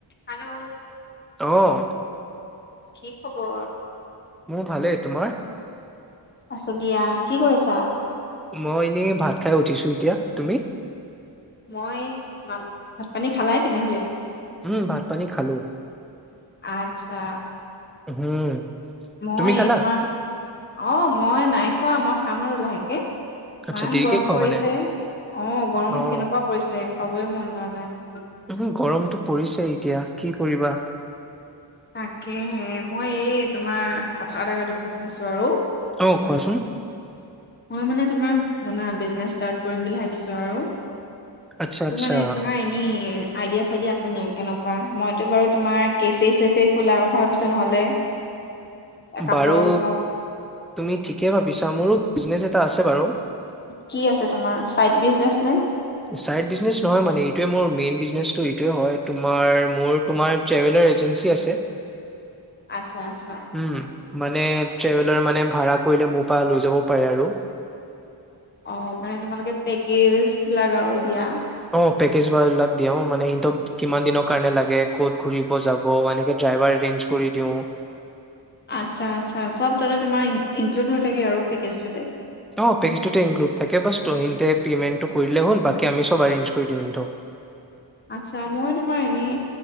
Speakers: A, on the left; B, in the centre.
A: Hello
B: অ',
A: কি খবৰ
B: মোৰ ভালেই তোমাৰ
A: আছো দিয়া কি কৰিছা
B: মই এনেই ভাত খাই উঠিছো এতিয়া তুমি
A: মই মানে ভাত পানী খালাই তেনেহলে
B: উম ভাত পানী খালো
A: আচ্ছা
B: উম,
A: মই
B: তুমি খালা?
A: এই তোমাৰ অ মই নাই খোৱা আমাৰ কাম আৰু লাহেকে ইমান
B: আচ্ছা দেৰিকে
A: গৰম
B: খোৱা
A: পৰিছে
B: মানে,
A: অ গৰম
B: অ'।
A: কেনেকুৱা পৰিছে খাবই মন যোৱা নাই
B: উ গৰমতটো পৰিছে এতিয়া কি কৰিবা
A: তাকেহে মই এই তোমাৰ কথা এটা গাঁতত পুতি দিছো আৰু
B: অকোৱাচোন
A: মই মানে তোমাৰ মানে বিজনেচ ষ্টাৰট কৰিম বুলি ভাবিছো আৰু
B: আচ্ছা আচ্ছা,
A: তো মানে তোমাৰ এনেই আইডিয়া চাইডিয়া আছে নে কেনেকুৱা মইতো বাৰু তোমাৰ কেফে চে ফে খোলা কথা ভাবিছো নহ'লে কাপোৰৰ
B: বাৰু
A: চব
B: তুমি ঠিকে ভাবিছা মোৰো বিজনেছ এটা আছে বাৰু
A: কি আছে তোমাৰ চাইড বিজনেচ নে?
B: চাইড বিজনেচ নহয় মানে এইটোয়ে মোৰ মেইন বিজনেচটো সেইটো হয় তোমাৰ মোৰ তোমাৰ ট্ৰেভেলাৰ এজেঞ্চি আছে
A: আচ্ছা আচ্ছা
B: উম মানে ট্ৰেভেলাৰ মানে ভাড়া কৰিলে মোৰ পৰা লৈ যাব পাৰে আৰু
A: অ মানে তোমালোকে পেকেজ বিলাক আৰু দিয়া
B: অ পেকেজ বাৰু অলপ দিও মানে সিহঁতক কিমান দিনৰ কাৰণ লাগে ক'ত ঘুৰিব যাব এনেকৈ ড্ৰাইভাৰ এৰেঞ্জ কৰি দিও
A: আচছা আচছা চব তাতে তোমাৰ ইনক্লুড হৈ থাকে আৰু পেকেজটোতে
B: অঁ পেকেজটোতে ইনক্লুড থাকে বছ সিহঁতে পে'মেণ্টটো কৰিলেই হ'ল বাকী আমি চব এৰেঞ্জ কৰি দিওঁ সিহতক
A: আচ্ছা মই তোমাৰ এনেই